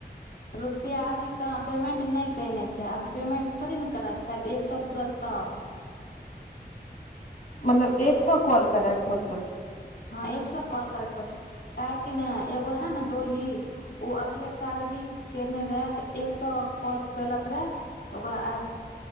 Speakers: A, on the left (about 80°); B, on the left (about 55°).
A: रुपैआ अभी कहाँ पेमेंट नहि कने छै अभी पेमेंट थोड़े ने करत शायद एक सए पूुरत तब
B: मतलब एक सए क्वॉल करै कुत्त
A: हँ एक सए कॉल करेके होते काह कि ने एगो हे ने डोली ओ अगले साल भी केने रहे तऽ एक सए कॉल केलक रहे तऽ ओकरा आयल